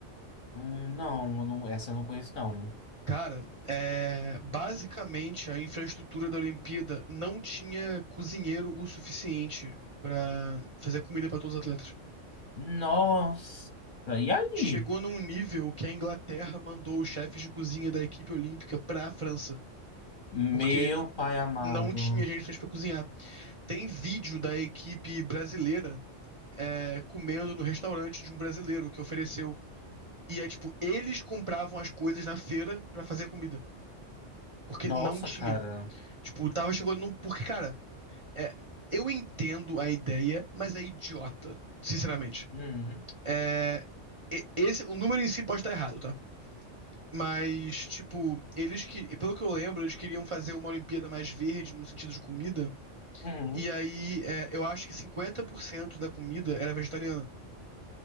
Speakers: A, on the left; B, on the right.
A: Hum, Não, eu não, essa eu não conheço, não.
B: Cara, é, basicamente a infraestrutura da Olimpíada não tinha cozinheiro o suficiente pra fazer comida pra todos os atletas.
A: Nossa, e aí?
B: Chegou num nível que a Inglaterra mandou os chefes de cozinha da equipe olímpica pra França,
A: Meu
B: porque
A: pai amado.
B: não tinha gente suficiente pra cozinhar. Tem vídeo da equipe brasileira é, comendo no restaurante de um brasileiro que ofereceu. E é tipo, eles compravam as coisas na feira pra fazer a comida, porque
A: Nossa,
B: não tinha.
A: cara.
B: Tipo, tava chegando num. Porque, cara. É, eu entendo a ideia, mas é idiota, sinceramente.
A: Uhum,
B: É, e- esse, o número em si pode estar errado, tá? Mas, tipo, eles que, pelo que eu lembro, eles queriam fazer uma Olimpíada mais verde no sentido de comida.
A: uhum,
B: E aí, é, eu acho que 50% da comida era vegetariana.